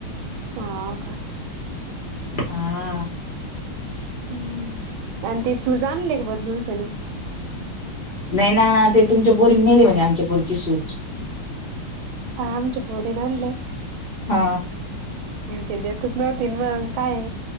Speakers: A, on the right; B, on the left.
A: हाव का
B: हा.
A: हम्म आणि ते सुज आणली का बदलूस आणि?
B: नाही ना ते तुमच्या बोरीन नेले म्हणजे आमच्या पोरीची सूज.
A: हा आमच्या पोरीन आणले.
B: हा,
A: ते देतच नव्हती मग काय,